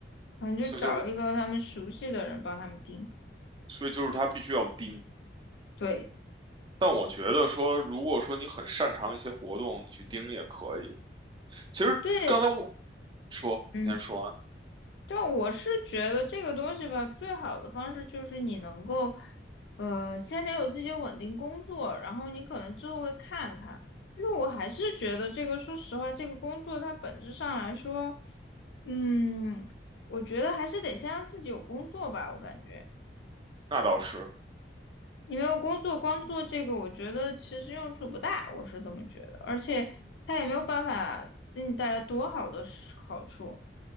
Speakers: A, on the left; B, on the right.
A: 可能就找一个他们熟悉的人帮他们订。
B: 所以就是所以就是他必须要盯。
A: 对
B: 但我觉得说，如果说你很擅长一些活动，你去盯也可以。其实刚才我
A: 对，
B: 说，
A: 嗯，
B: 你先说完，
A: 但我是觉得这个东西吧，最好的方式就是你能够，呃，先得有自己的稳定工作，然后你可能之后会看看。因为我还是觉得这个，说实话，这个工作它本质上来说，嗯，我觉得还是得先让自己有工作吧，我感觉。
B: 那倒是，
A: 你没有工作，光做这个，我觉得其实用处不大，我是这么觉得。而且他也没有办法给你带来多好的是好处，